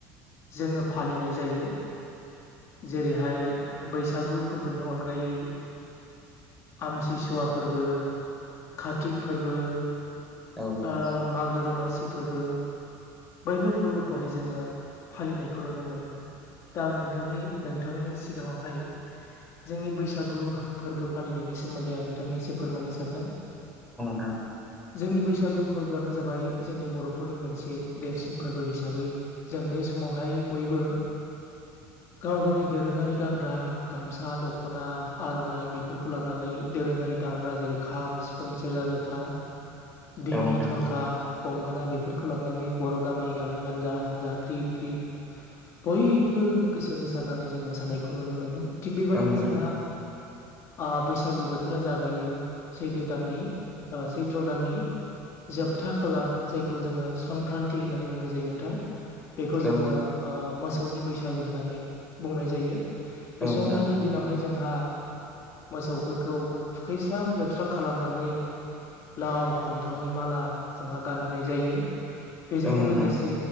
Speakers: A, on the left; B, in the centre.
A: जोङो फालिनाय जायो। जेरैहाय बैसागु फोरबोनि अनगायै आमथिसुवा फोरबो, काति फोरबो।
B: औ नोंथां
A: ओ मागो दमासि फोरबो बैफोर फोरबोखौहाय जोङो फालिनायखौ नुनो मोनो दा आं नोंथांनि नोंथांनि सिगाङावहाय जोंनि बैसागु फोरबो फालिनायनि सोमोन्दै आं नोंथांनि एसे फोरमायनो सानदों।
B: ओ
A: जोंनि बैसागु फोरबोआनो जाबाय जोंनि बर'फोरनि मोनसे देरसिन फोरबो हिसाबै जों बे समावहाय बयबो गाव गावनि दोरोङारि गानग्रा गामसा, दख'ना, आर'नाइ बेफोरखौ लानानै दोरोङारि दामग्रा जेरै खाम, सिफुं, सेरजा, जथा बेङि,
B: औ नोंथां
A: थरखा, गंगोना बेफोरखौ लानानै बर' गामि गामि हानजा हानजा ग्रिद ग्रिद बयबो गोसो होसारनानै जों मोसानायखौ नुनो मोनो। थिग बेबायदिनो
B: औ नोंथां
A: जोंहा ओ बैसागु बोथोरा जागायो सैथो दाननि ओ सैथ्र' दाननि जोबथा खालार जायखौ जोङो संक्रान्ति होननानै बुंनाय जायो नोंथां। बेखौ
B: औ
A: जोङो ओ मोसौनि बैसागो होननानै बुंनाय जायो‌ बे
B: औ
A: संक्रान्ति
B: नोंथां
A: दिनावहाय जोंहा मोसौफोरखौ थुखैस्रां लोबस्रां खालामनानै लाव, फान्थावनि माला जोंहा गानहोनाय जायो। बेजोंनो
B: औ नोंथां
A: लोगोसे